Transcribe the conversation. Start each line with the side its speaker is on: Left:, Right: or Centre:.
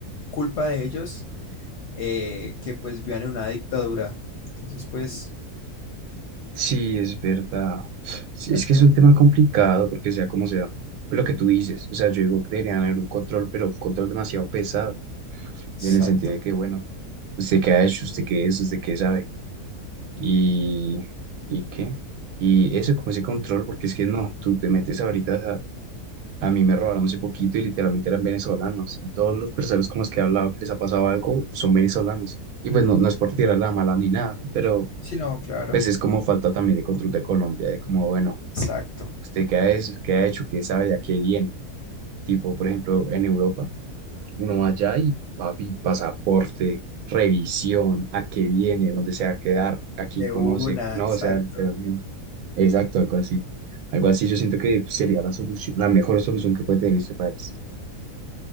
Left: culpa de ellos eh, que pues vivan en una dictadura. Entonces, pues,
Right: sí, es verdad. Sí,
Left: exacto,
Right: es que es un tema complicado porque sea como sea, pues lo que tú dices, o sea, yo digo que deberían haber un control, pero un control demasiado pesado,
Left: exacto.
Right: en el sentido de que, bueno, usted qué ha hecho, usted qué es, usted qué sabe, y, y qué, y eso como ese control, porque es que no, tú te metes ahorita A mí me robaron hace poquito y literalmente eran venezolanos. Y todos los personas con los que he hablado que les ha pasado algo son venezolanos. Y pues no, no es por tirar la mala ni nada, ¿no? Pero
Left: Sí, no, claro.
Right: pues es como falta también de control de Colombia, de como, bueno,
Left: Exacto.
Right: ¿usted qué ha, es- qué ha hecho? ¿Qué sabe? ¿A qué viene? Tipo, por ejemplo, en Europa, uno va allá y papi, pasaporte, revisión, ¿a qué viene? ¿Dónde se va a quedar? ¿A quién
Left: De
Right: conoce?
Left: una,
Right: No,
Left: exacto.
Right: o sea, literalmente. Exacto, algo así. Algo así yo siento que sería la solución, la mejor solución que puede tener este país.